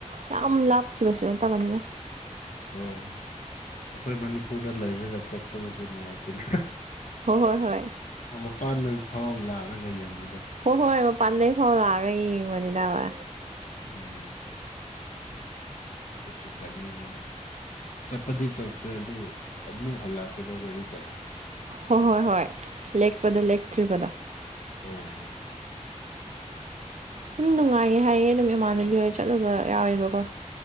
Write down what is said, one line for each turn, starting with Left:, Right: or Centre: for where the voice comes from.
Right: ꯌꯥꯝ ꯂꯥꯞꯈꯤꯕꯁꯨ ꯅꯠꯇꯕꯅꯤꯅ
Left: ꯍꯣꯏ ꯍꯣꯏ ꯑꯩꯈꯣꯏ ꯃꯅꯤꯄꯨꯔꯗ ꯂꯩꯔꯒ ꯆꯠꯇꯕꯁꯦ ꯅꯨꯡꯉꯥꯏꯇꯦꯅꯦ
Right: ꯍ ꯍꯣꯏ ꯍꯣꯏ
Left: ꯑꯣ ꯃꯄꯥꯟ ꯅꯨꯔꯤꯛ ꯐꯥꯎ ꯂꯥꯛꯑꯒ ꯌꯦꯡꯕꯗꯣ
Right: ꯍꯣꯏ ꯍꯣꯏ ꯃꯄꯥꯟꯗꯩ ꯐꯥꯎ ꯂꯥꯛꯑꯒ ꯌꯦꯡꯕꯅꯤꯗꯅꯕ
Left: ꯎꯝ ꯀꯁꯨ ꯆꯠꯅꯤꯡꯕꯅꯤ ꯆꯠꯄꯗꯤ ꯆꯠꯈ꯭ꯔꯦ ꯑꯗꯨ ꯑꯃꯝꯨ ꯍꯜꯂꯛꯈ꯭ꯔꯦꯕ ꯑꯩꯈꯣꯏꯗꯤꯠ
Right: ꯍꯣꯏ ꯍꯣꯏ ꯍꯣꯏ ꯂꯦꯛꯄꯗ ꯂꯦꯛꯇ꯭ꯔꯤꯕꯗ
Left: ꯍꯣꯏ ꯍꯣꯏ
Right: ꯑꯗꯨꯝ ꯅꯨꯡꯉꯥꯏꯌꯦ ꯍꯥꯏꯌꯦ ꯑꯗꯨꯝ ꯏꯃꯥꯟꯅꯕꯤ ꯍ ꯆꯠꯂꯨꯕ ꯌꯥꯎꯋꯦꯕꯀꯣ